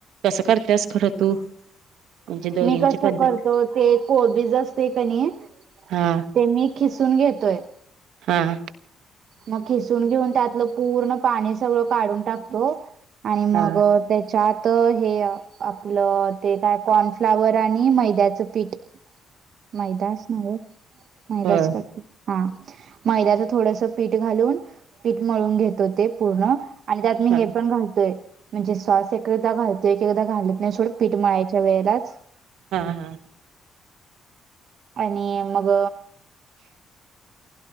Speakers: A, on the right; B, on the right.
A: कसं करतेस खरं तू? म्हणजे दोघींची
B: मी कसं
A: पद्धत
B: करतो ते कोबीज असते का नाही.
A: हा
B: ते मी खिसून घेतोय.
A: हां.
B: मग खिसून घेऊन त्यातलं पूर्ण पाणी सगळं काढून टाकतो. आणि मग
A: हा
B: त्याच्यात तर हे आपलं ते काय कॉर्नफ्लावर आणि मैद्याचं पीठ मैदाच नव मैदाच
A: हो
B: करते हा मैद्याच थोडस पीठ घालून पीठ मळून घेतो ते पूर्ण आणि त्यात मी
A: हा
B: हे पण घालतोय. म्हणजे सॉस एकादा घालतो एकदा घालत नाही थोडं पीठ मळायच्या वेळेलाच
A: हा हा.
B: आणि मग